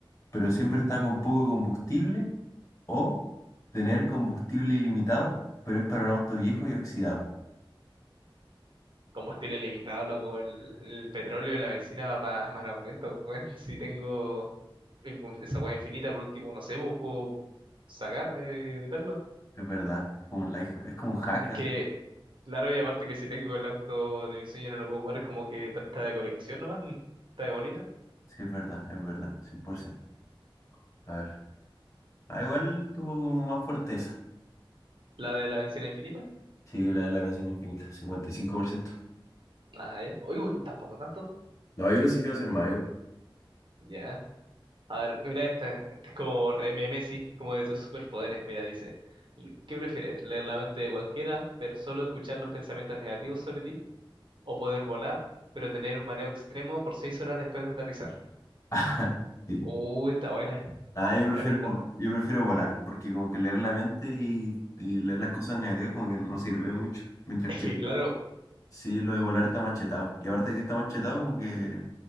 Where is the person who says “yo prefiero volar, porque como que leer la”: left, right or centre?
Left